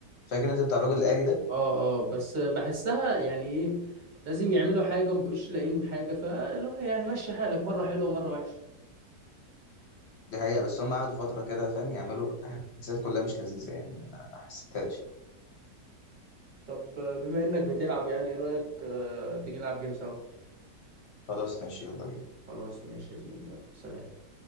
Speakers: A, on the left; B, on the right.
A: فاكر أنت بتاع الرجل الآلي ده
B: اه اه بس بحسها يعني ايه لازم يعملوا حاجه ومبقوش لاقيين حاجه فاللي هو يعني مشي حالك مره حلوه ومره وحشه
A: دي حقيقة بس هم قعدوا فترة كده فاهم يعملوا تحديثات كلها مش لذيذة يعني ما ما حسيتهاش
B: طب آه، بما انك بتلعب يعني ايه رايك آه، تيجي نلعب جيم سوا
A: خلاص ماشي يلا بينا
B: خلاص ماشي يا زميلي يلا سلام